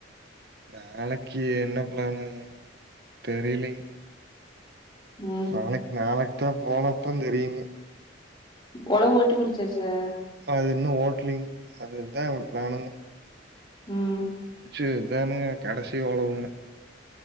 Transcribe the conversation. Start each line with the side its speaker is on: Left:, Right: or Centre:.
Right: நாளைக்கு என்ன பிளானு தெரிலீங்
Left: ம்
Right: நாளைக் நாளைக் க போனாத்தா தெரியுங்க
Left: ஒரளவு ஓட்டி முடிச்சாசா
Right: அஹ் அது இன்னு ஓட்லிங் அதுதா பிளானுங்க
Left: ம்
Right: சேர்ங்க தானுங்க கடசி ஒழவுங்க